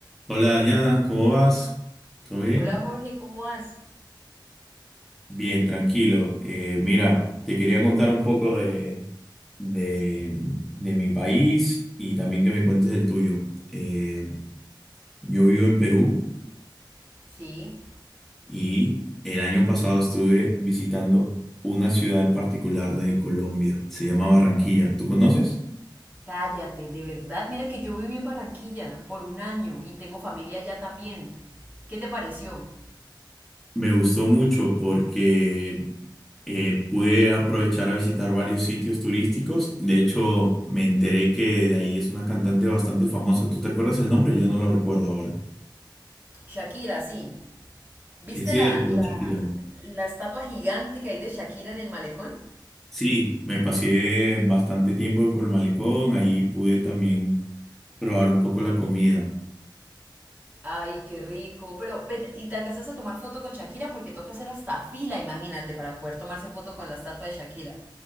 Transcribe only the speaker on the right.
Hola Jorge, ¿cómo vas?
Sí,
Cállate, de verdad. Mira que yo viví en Barranquilla por un año y tengo familia allá también. ¿Qué te pareció?
Shakira, sí. ¿Viste
la, la,
la estatua gigante que hay de Shakira en el malecón?
Ay, qué rico. Pero ven, ¿y te alcanzas a tomar foto con Shakira? Porque toca hacer hasta fila, imagínate, para poder tomarse foto con la estatua de Shakira.